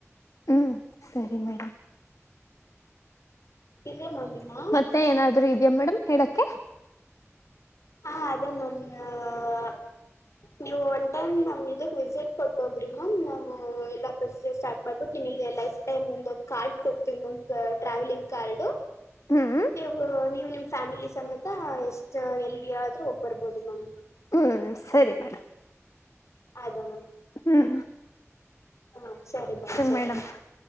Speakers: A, on the left; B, on the left.
A: ಹ್ಮ್ಂ ಸರಿ ಮೇಡಮ್
B: ಇದೇ ಮಮ್ಮಿನಾ
A: ಮತ್ತೆ ಏನಾದ್ರು ಇದೆಯಾ ಮೇಡಮ್ ಹೇಳಕೆ
B: ಹಾ ಅದನೋಡಿ ಮೇ ಅ ನೀವು ಒನ್ ಟೈಮ್ ನಮ್ ಇದಕ್ ವಿಸಿಟ್ ಕೊಟ್ಟ ಹೋಗ್ರಿ ಮ್ಯಾಮ್ ನಾವು ಇಲ್ಲಾ ಪ್ರೊಸೀಜರ್ ಸ್ಟಾರ್ಟ್ ಅದು ನಿಮಗೆ ಲೈಫ್ ಟೈಮ್ ಒಂದು ಕಾರ್ಡ್ ಕೊಡ್ತೀವಿ ಟ್ರಾವೆಲಿಂಗ್ ಕಾರ್ಡು
A: ಹ್ಮ್
B: ನೀವು ನೀವು ನಿಮ್ ಫ್ಯಾಮಿಲಿ ಸಮೇತ ಎಷ್ಟ ಎಲ್ಲೀ ಯಾದ್ರೂ ಹೋಗಿ ಬರಬಹುದು ಮ್ಯಾಮ್
A: ಹ್ಮ್ ಸರಿ ಮಾಡಿ
B: ಅದ ಮ್ಯಾಮ
A: ಹುಂ
B: ಹಾಂ ಸರಿ ಮ್ಯಾಮ ಸರಿ
A: ಮೇಡಮ್